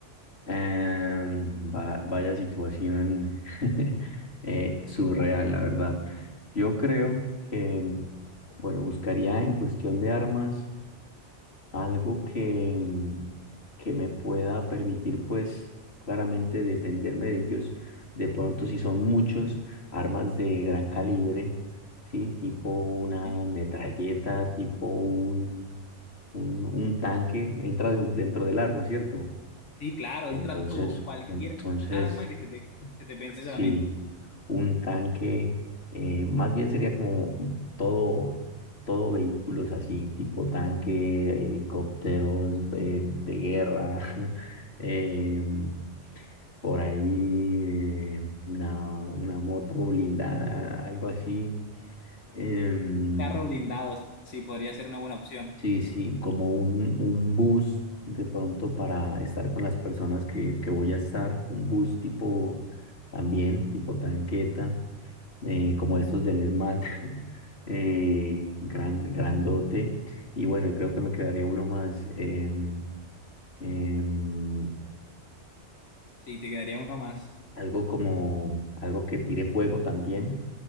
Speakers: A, on the left; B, on the left.
A: Em, va- vaya situación <laughs> eh, surreal, la verdad. Yo creo que, bueno, buscaría en cuestión de armas algo que, mm, que me pueda permitir, pues, claramente defenderme de ellos. De pronto, si son muchos, armas de gran calibre, ¿sí? Tipo una
B: Sí.
A: metralleta, tipo un, un, un tanque, entra de- dentro del arma, ¿cierto?
B: Sí, claro,
A: Entonces,
B: entra todo, cualquier
A: entonces,
B: arma que se te, se te pende
A: sí,
B: de la mente.
A: un tanque, eh, más bien sería como todo, todo vehículos así, tipo tanque, helicópteros, eh, de guerra, <laughs> em, por ahí eh, una, una moto blindada, algo así. em,
B: Carro blindado, sí, podría ser una buena opción.
A: Sí, sí, como un, un bus de pronto para estar con las personas que, que voy a estar, un bus tipo también, tipo tanqueta, eh, como estos del SMAT, <laughs> eh, gran, grandote. Y bueno, y creo que me quedaría uno más, em, em,
B: Sí, te quedaría uno más,
A: algo como, algo que tire fuego también,